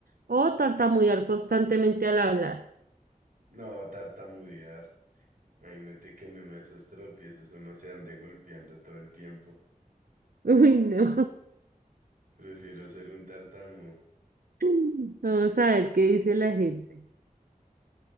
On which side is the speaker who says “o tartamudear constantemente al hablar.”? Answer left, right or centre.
Right